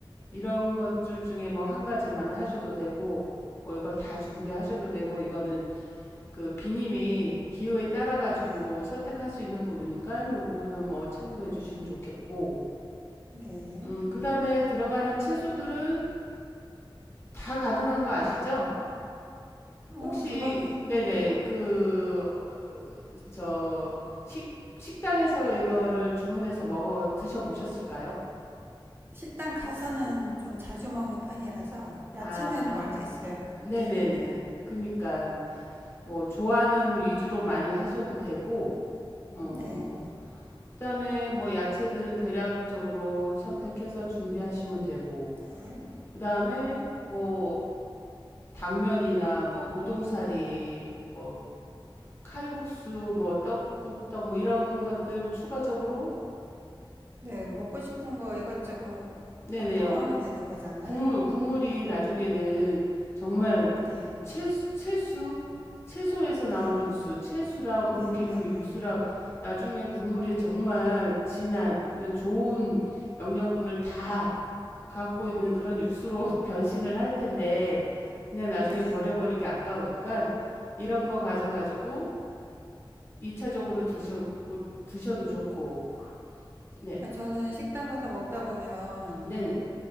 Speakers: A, on the left; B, on the right.
A: 이런 것들 중에 뭐 한 가지만 하셔도 되고 뭐 이걸 다
B: 네. 네.
A: 준비하셔도 되고 이거는 그 비님이 기호에 따라 가지고
B: 네.
A: 선택할 수 있는 부분이니까 이 부분은 뭐 참고해 주시면 좋겠고
B: 네.
A: 음, 그다음에 들어가는 채소들은 다 가능한 거 아시죠?
B: 어,
A: 혹시
B: 그거는
A: 네네 그 어, 저 식 식당에서 이거를 주문해서 먹어 드셔 보셨을까요?
B: 식당 가서는 좀 자주 먹는 편이라서 야채는
A: 아,
B: 뭐 알겠어요.
A: 네네네.
B: 네네네.
A: 그니까 뭐 좋아하는 위주로 많이 하셔도 되고, 어,
B: 네.
A: 그다음에 뭐 야채들은 대략적으로 선택해서 준비하시면 되고,
B: 네.
A: 그다음에 뭐 당면이나 뭐 우동사리, 뭐 칼국수, 뭐 떡국떡 뭐 이런 것들 추가적으로
B: 네. 먹고 싶은 거 이것저것
A: 네네
B: 뭐 다
A: 어,
B: 하면 되는 거잖아요.
A: 국물 국물이 나중에는 정말
B: 네.
A: 채, 채수 채소에서
B: 네.
A: 나온 육수 채수랑
B: 네.
A: 고기
B: 네네.
A: 그 육수랑 나중에 국물이 정말 진한 이런 좋은 영양분을 다 갖고 있는 그런 육수로 <laughs> 변신을 할 텐데 그냥 나중에
B: 네.
A: 버려버리기 아까우니까 이런 거 가져가지고 이차적으로 드셔 드셔도 좋고 네.
B: 아, 저는 식당 가서 먹다 보면
A: 네네.